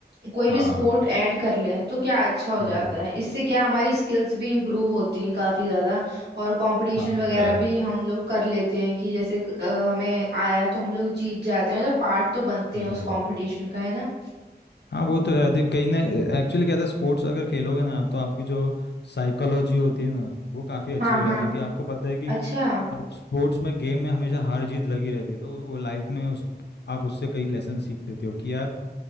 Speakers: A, on the right (about 75°); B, on the left (about 80°).
A: कोई भी
B: हाँ
A: स्पोर्ट ऐड कर लें तो क्या अच्छा हो
B: हम्म
A: जाता है इससे क्या हमारी स्किल्स भी इम्प्रूव होती हैं काफी ज्यादा और कंपटीशन
B: हाँ
A: वगैरह
B: वो तो है
A: भी हम लोग कर लेते हैं कि जैसे अ, हमें आया तो हम लोग जीत जाते हैं मतलब पार्ट तो बनते
B: हम्म
A: हैं उस कंपटीशन का है ना
B: हाँ वो तो है देख कहीं ना एक्चुअली क्या था स्पोर्ट्स अगर खेलोगे ना आप तो आपकी जो साइकोलॉजी होती है ना वो काफ़ी अच्छी
A: हाँ
B: हो
A: हाँ
B: जाती है कि आपको पता है कि
A: अच्छा
B: अब स्पोर्ट्स में गेम में हमेशा हार जीत लगी रहती है तो वो लाइफ में उस आप उससे कई लेसन सीख लेते हो कि यार